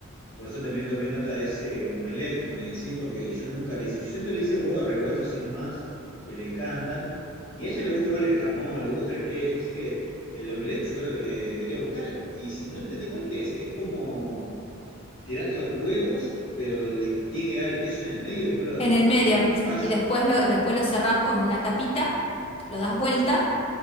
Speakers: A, on the left; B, on the left.
A: Por eso también tomé nota de ese omelette que me decís, porque yo nunca le hice, yo siempre le hice huevos revueltos así nomás, que le encantan. Y a ella le gusta igual el jamón, le gusta el queso, así que el omelette yo creo que le debería gustar. Y si no entendí mal, ¿qué es? Es como tirás los huevos, pero le que- tiene que quedar el queso en el medio y después lo,
B: en
A: lo,
B: el medio.
A: lo tapás.
B: Y después lo, lo- después lo cerrás como una tapita, lo das vuelta